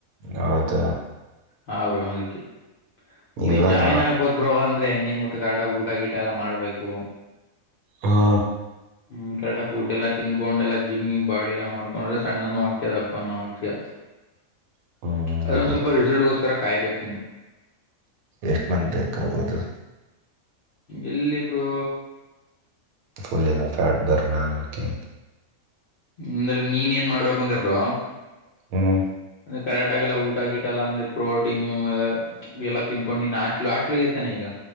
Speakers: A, on the right (about 80°); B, on the left (about 60°).
A: ಹೌದ
B: ಹರು ಅದಕ್ಕೆ
A: ಇಲ್ಲನ
B: ನೀವು ಜಾಯ್ನ್ ಆಗ್ಬದು ಬಬ್್ರ ಅಂದ್ರ ಹೆಂಗ್ ಹೆಂಗ ಗೊತ್ತ ಕರಟಾಗಿ ಊಟ ಗಿಟ ಎಲ್ಲ ಮಾಡ್ಬೇಕು
A: ಹಾ
B: ಹ್ಮ್ ಕರೆಕ್ ಫುಡ್ ಎಲ್ಲಾ ತಿನ್ಕೊಂಡ್ ಎಲ್ಲ ಜಿಮ್ಮಿ ಬಾಡಿ ಎಲ್ಲ ಮಾಡಕೊಂಡ್ರೆ ಸಣ್ಣನು ಆಕ್ತಿಯ ದಪ್ಪ ಆಗ್ತೀಯಾ
A: <inaudible>
B: ಅದೊಂದ್
A: ಅದೇ
B: ಸ್ವಲ್ಪ ರಿಸಲ್ಟ್ಗೋಸ್ಕರ ಕಾಯ್ಬೇಕ ನೀನು
A: ಎಷ್ಟು ಮಂತ್ ಬೇಕಾಗೋದು
B: ಎಲ್ಲಿ ಬ್ರು
A: ಫುಲ್ ಎಲ್ಲ ಫ್ಯಾಟ್ ಬರ್ನ್ ಆಗಕೆ
B: ಅಂದ್ರೆ ನೀನ್ ಏನ್ ಮಾಡ್ಬೇಕು ಅಂದೆಬ್ರೋ.
A: <inaudible>
B: ಅಂದ್ರೆ ಕರೆಕ್ಟಾಗಿಲ್ಲ ಊಟಾ ಗೀಟಾ ಅಲ್ಲಾ ಅಂದ್ರೆ ಪ್ರೋಟೀನು ಅದ. ಎಲ್ಲ ತಿನ್ಕೊಂಡ್ ನೀನ್ ಹಾಸ್ಟಲ ಹಾಸ್ಟಲ ಗೇತೀನಿ ಈಗ.